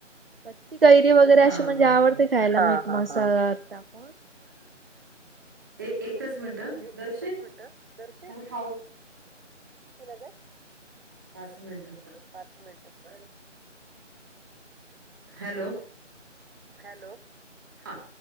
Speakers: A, on the right; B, on the right.
A: कच्ची कैरी वगैरे
B: हां,
A: अशी म्हणजे
B: हां,
A: आवडते
B: हां.
A: की, खायला मीठ मसाल टाकून.
B: <unintelligible> एकच
A: बाकी
B: मिनिटं.
A: अस म्हणजे, एक-एकचं
B: दर्शित
A: मिनिटं
B: त्याला
A: <unintelligible>
B: पाच मिनट.
A: पाच मिनिट होय.
B: हॅलो
A: हॅलो
B: हा